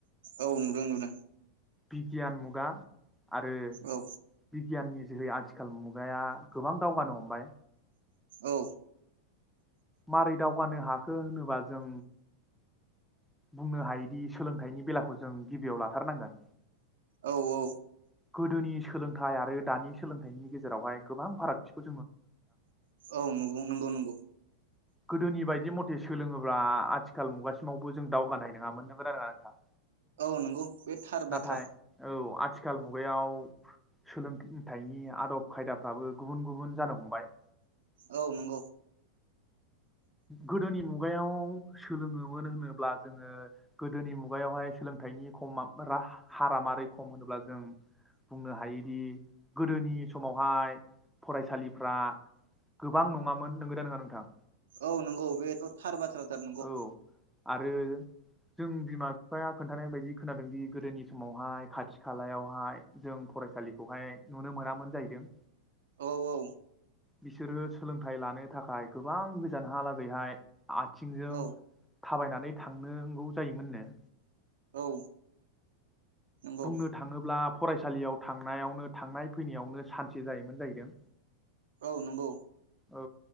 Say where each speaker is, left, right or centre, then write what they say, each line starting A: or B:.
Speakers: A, on the right; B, in the centre.
A: औ नुदों-नुदों।
B: बिगियान मुगा। आरो
A: औ
B: बिगियाननि। जिहै आथिखाल मुगाया गोबां दावगानो हमबाय।
A: औ।
B: मारै दावगानो हाखो होनोबा जों। बुंनो हायोदि सोलोंथाइनि बेलाखौ जों गिबियाव लाथारनांगोन।
A: औ औ
B: गोदोनि सोलों। थाइ आरो दानि सोलोंथाइनि गेजेरावहाय गोबां फारागथिफोर
A: औ नंगौ- नंगौ -नंगौ।
B: गोदोनि बायदि मथे सोलोङोब्ला आथिखाल मुगासिमाव बोजों दावगानाय नङामोन नंगौना नङा नोंथां?
A: औ नंगौ बे थार बाथ्रा।
B: नाथाय औ आथिखाल मुगायाव सोलोंथाइनि आदब खायदाफ्राबो गुबुन -गुबुन जानो हमबाय।
A: औ नंगौ।
B: गोदोनि मुगायाव सोलोङोमोन होनोब्ला जोङो गोदोनि मुगायावहाय सोलोंथाइनि खम रा हारा मारै खम होनोब्ला जों बुंनो हायोदि गोदोनि समावहाय फरायसालिफ्रा गोबां नङामोन नंगोना नङा नोंथां?
A: औ नंगौ बेथ' थार बा थार बाथ्रा नंगौ।
B: औ आरो जों बिमा बिफाया खोन्थानाय बायदि खोनादोंदि गोदोनि समावहाय खाथि खालायावहाय जों फरायसालिखौहाय नुनो मोनामोन जाहैदों।
A: औ औ।
B: बिसोरो सोलोंथाइ लानो थाखाय गोबां गोजानहालागैहाय आ यथिंजों
A: औ
B: थाबायनानै थांनांगौ जायोमोननो।
A: औ नंगौ
B: बुंनो थाङोब्ला फरायसालियाव थांनायावनो थांनाय फैनायावनो सानसे जायोमोन जाहैदों।
A: औ नंगौ।
B: औ